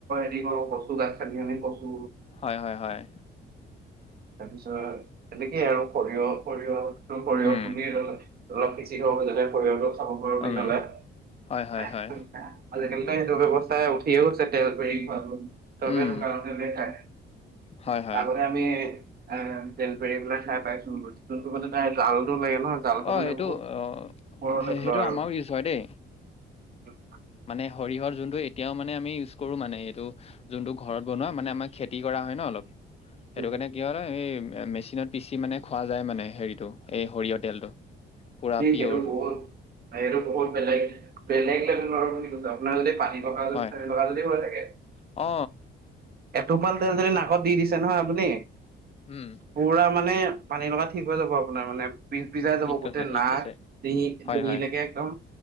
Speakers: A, on the right; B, on the left.
A: <unintelligible> কচু গাত খানি খানি কচু।
B: হয়, হয়-হয়।
A: তাৰপিছত তেনেকেই আৰু সৰিয়হ সৰিয়হ। সৰিয়হ
B: উম,
A: পুমি অলপ সিচি থক যাতে সৰিয়হটো খাব পাৰোঁ
B: উম,
A: পিচলে। <unintelligible>
B: হয়, হয়, হয়।
A: তৱসস্থাই উঠিয়ে গয়চে তেল <unintelligible> চবে
B: উম,
A: টো গাওঁৰ টেলয়ে খায়।
B: হয়, হয়।
A: আগতে আমি আ ফৰি পেলাই খাই পাইচোন যোনটো মানে তাই জালটো লাগে নহয় জালটো
B: অ,
A: মানে
B: এইটো
A: বহুত
B: অ,
A: ওপৰলৈ
B: সেইটো
A: লয় আৰু
B: আমাৰো ইউজ হয় দেই।
A: <unintelligible>
B: মানে সৰিয়হৰ যোনটো এতিয়াও মানে আমি ইউজ কৰো মানে এইটো যোনটো ঘৰত বনোৱা মানে আমাক খেতি কৰা হয় ন অলপ সেইটো
A: উম হুম
B: কাৰণে
A: হুম।
B: কি হয় এই মেচিনত পিচি মানে খোৱা যায় মানে হেৰিটো এই সৰিয়হ তেলটো। পুৰা
A: সেই
B: পিয়ৰ
A: সেইটো বহুত সেইটো বহুত বেলেগ বেলেগ লেভেল আৰু বুলি কৈছো আপোনাৰ যদি পানী <unintelligible>
B: হয়।
A: যদি হৈ থাকে।
B: অ,
A: এটোপাল তেল যদি নাকত দি দিছে নহয় আপুনি
B: উম,
A: পুৰা মানে পানী লগা ঠিক হৈ যাব আপোনাৰ মানে পিজ পিজাই যাব
B: ঠিক
A: গোটেই
B: কৈছে, ঠিক
A: নাক
B: কৈছে।
A: ডিঙি
B: হয়,
A: ডিঙিলৈকে
B: হয়।
A: একদম